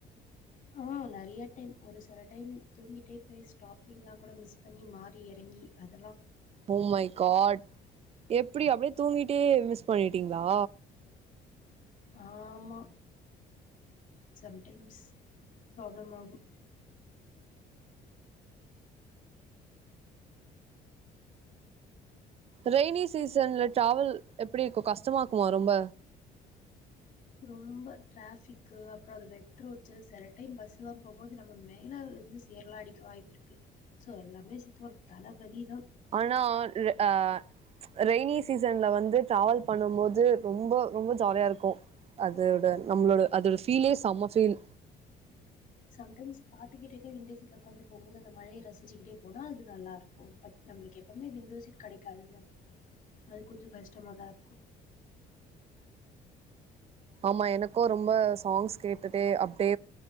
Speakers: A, on the left (about 50°); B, on the right (about 35°).
A: ஆ நிறைய டைம் ஒரு சில டைம் தூங்கிட்டே போய் ஸ்டாப்பிங்லா கூட மிஸ் பண்ணி மாறி இறங்கி அத
B: ஒ மை காட் எப்படி அப்படியே தூங்கிட்டே மிஸ் பண்ணிட் த்திங்களா
A: ஆமா சம்டைம்ஸ் ப்ராப்ள ஆகு
B: ரெய்னி சீசன்ல டிராவல் எப்படி இருக்கு கஷ்டமா இருக்குமா ரொம்ப
A: ரொம்ப டிராபிக்கு அப்றம் அ வெட் ரோச்சு சில டைம் பஸ் எல்லா போகு போது நம்ம மேல வந்து சேரலா அடிக்க வாய்ப்பு இருக்கு சோ எல்லாமே சேத்து ஒரு தலவலி
B: ஆனா ஆ ரெய்னி சீசன்ல வந்து டிராவல் பண்ணு போது ரொம்ப ரொம்ப ஜாலியா இருக்கு அதோட நம்மளோட அதோட ஃபீலே செம்ம ஃபீல்
A: சம்டைம்ஸ் பாட்டுக்கிட்டிட்டே விண்டோ சீட்ல உட்காந்து போகுபோது அந்த மழைய ரசிச்சுக்கிட்டே போனா அது நல்லா இருக்கு பட் நம்மளுக்கு எப்பவுமே விண்டோ சீட் கிடைக்காதுல்ல அது கொஞ்ச கஷ்டமாதா இருக்கு
B: ஆமா எனக்கும் ரொம்ப சாங்ஸ் கேட்டுடே அப்டே